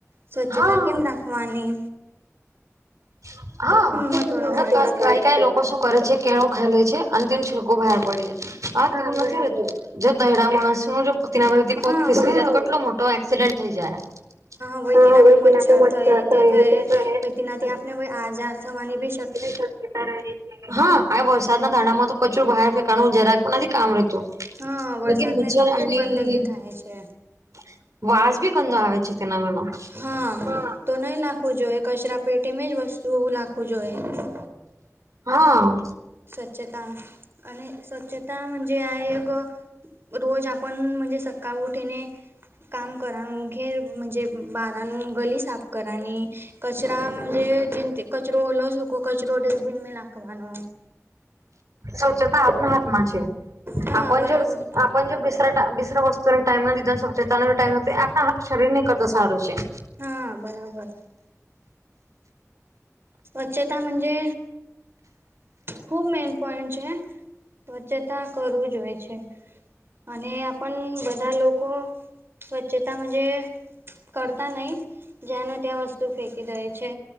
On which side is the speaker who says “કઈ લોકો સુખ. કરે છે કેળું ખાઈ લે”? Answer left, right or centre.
Right